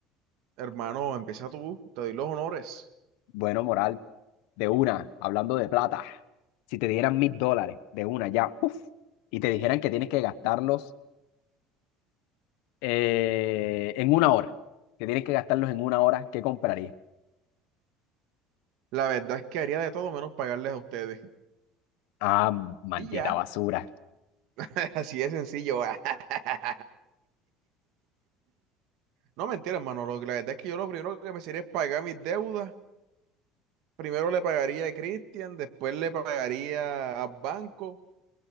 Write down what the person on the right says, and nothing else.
Hermano, empieza tú, te doy los honores.
La verdad es que haría de todo menos pagarles a ustedes.
Y ya,
<laughs> así de sencillo. <laughs> No mentira, hermano. lo que- la verdad es que yo lo primero que me sería es pagar mis deudas. Primero le pagaría a Cristian, después le pagaría al banco.